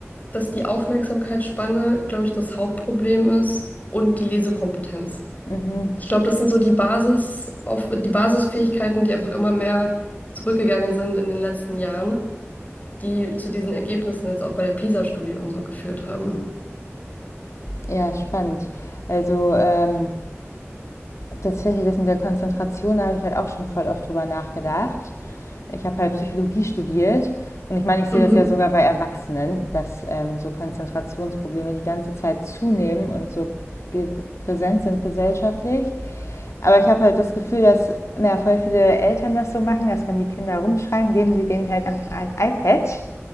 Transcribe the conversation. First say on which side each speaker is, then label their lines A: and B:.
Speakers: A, on the left; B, on the left.
A: dass die Aufmerksamkeitsspanne, glaube ich, das Hauptproblem ist und die Lesekompetenz.
B: Mhm.
A: Ich glaube, das sind so die Basis auf, die Basisfähigkeiten, die einfach immer mehr zurückgegangen sind in den letzten Jahren die zu diesen Ergebnissen jetzt auch bei der PISA-Studie und so geführt haben.
B: Ja, spannend. Also ähm, Tatsächlich, das mit der Konzentration, da habe ich halt auch schon voll oft drüber nachgedacht. Ich habe halt Psychologie studiert und ich meine, ich sehe
A: Mhm.
B: das ja sogar bei Erwachsenen, dass ähm, so Konzentrationsprobleme die ganze Zeit zunehmen und so präsent sind gesellschaftlich. Aber ich habe halt das Gefühl, dass na, voll viele Eltern das so machen, dass wenn die Kinder rumschreien, geben sie denen halt einfach ein iPad.